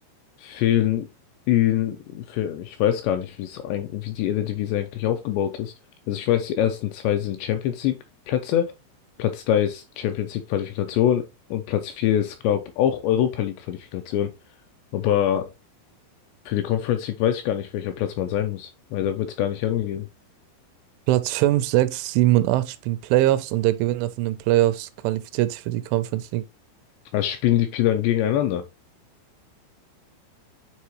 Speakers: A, on the left; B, on the right.
A: fehlen ihnen für, ich weiß gar nicht, wie es eigentlich, wie die Eredivisie eigentlich aufgebaut ist. Also ich weiß, die ersten zwei sind Champions League Plätze, Platz drei ist Champions League Qualifikation und Platz vier ist, glaube ich, auch Europa League Qualifikation. Aber für die Conference League weiß ich gar nicht, welcher Platz man sein muss, weil da wird es gar nicht angegeben.
B: Platz fünf, sechs, sieben und 8 spielen Playoffs und der Gewinner von den Playoffs qualifiziert sich für die Conference League.
A: Also spielen die vier dann gegeneinander.